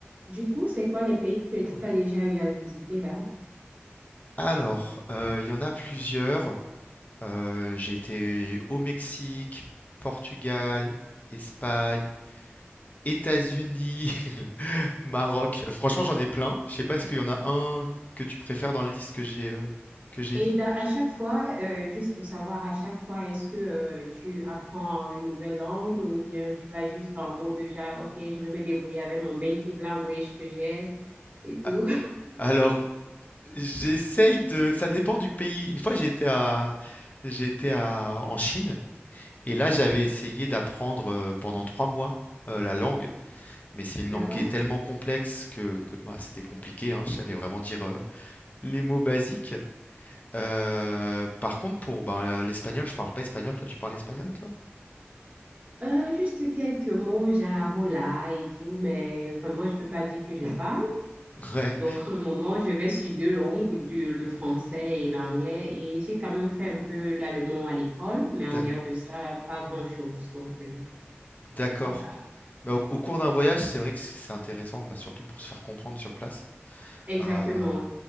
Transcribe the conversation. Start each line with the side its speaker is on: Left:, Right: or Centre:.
Right: Du coup, c'est quoi les pays que tu as déjà eu à visiter là?
Left: Alors, heu, il y en a plusieurs. Heu, j'ai été au Mexique, Portugal, Espagne, États-Unis, <laughs> Maroc. Franchement, j'en ai plein. Je sais pas, est-ce qu'il y en a un que tu préfères dans la liste que j'ai, heu, que j'ai
Right: Et
Left: dit?
Right: dans- à chaque fois, euh, juste pour savoir, à chaque fois, est-ce que euh, tu apprends une nouvelle langue ou bien tu vas juste en mode déjà, OK, je vais me débrouiller avec mon basic language que j'ai et tout?
Left: A alors, j'essaye de ça dépend du pays. Une fois, j'étais à j'étais à en Chine et là, j'avais essayé d'apprendre, heu, pendant 3 mois, heu, la langue. Mais c'est une
Right: D'accord?
Left: langue qui est tellement complexe que, que, bah, c'était compliqué, hein. Je savais vraiment dire euh, les mots basiques. Euh, par contre, pour bah, l'espagnol, je parle pas espagnol. Toi, tu parles espagnol, toi?
Right: Euh, juste quelques mots, genre hola et tout, mais vraiment, je ne peux pas dire que je parle.
Left: Ouais,
Right: Donc, pour le moment, je vais sur deux langues, du- le français et l'anglais, et j'ai quand même fait un peu l'allemand à l'école, mais en
Left: d'ac-
Right: dehors de ça, pas grand-chose. Donc, euh,
Left: d'accord.
Right: voilà.
Left: Bah, au, au cours d'un voyage, c'est vrai que c'est c'est intéressant, bah, surtout pour se faire comprendre sur place.
Right: Exactement.
Left: Euh,